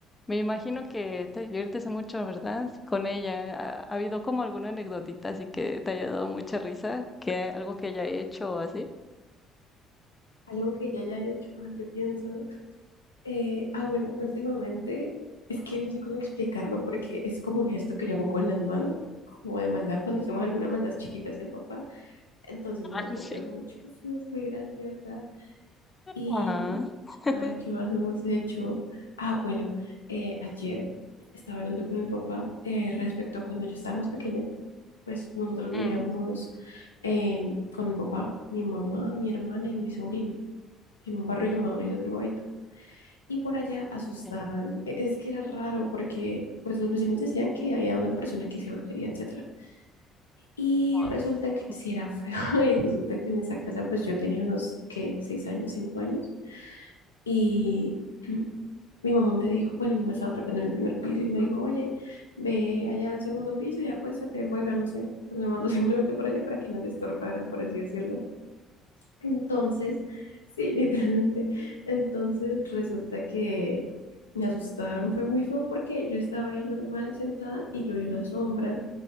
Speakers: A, on the left; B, on the left.
A: Me imagino que te diviertes mucho, ¿verdad? Con ella. ¿Ha, ha habido como alguna anécdotita así que te haya dado mucha risa? que algo que haya hecho o así?
B: Algo que ella haya hecho. A ver, yo pienso. eh, ah, bueno, últimamente es que no sé cómo explicarlo porque es como un gesto que yo hago con las manos, como de maldad cuando hacemos alguna maldad chiquita hacia el papá. Entonces me
A: Ah,
B: lo copió
A: sí.
B: mucho. Sí, es muy graciosa. y.
A: Ajá. <laughs>
B: A ver, ¿qué más hemos hecho? Ah, bueno, eh, ayer estaba hablando con mi papá eh, respecto a cuando yo estaba más pequeña. Pues nosotros vivíamos
A: Mm,
B: en- con mi papá, mi mamá, mi hermana y mi sobrino en un barrio llamado Brisas del Guavito. Y por allá asustaban.
A: sí.
B: e- Es que era raro porque pues los vecinos decían que había una persona que hacía brujería, etcétera. Y
A: Wow.
B: resulta que
A: <laughs>
B: sí era feo. <laughs> Y resulta que en esa casa pues yo tenía unos, ¿qué? ¿Seis años? ¿Cinco años? Y mi mamá me dijo, bueno, mi mamá estaba trepando en el primer piso y me dijo, oye, ve allá al segundo piso y acuéstate, juega, no sé. Pues me mandó <laughs> simplemente por allá para que no le estorbara, por así decirlo. Entonces, sí, <laughs> literalmente. Entonces resulta que me asustaron, fue muy feo porque yo estaba ahí normal sentada y yo vi una sombra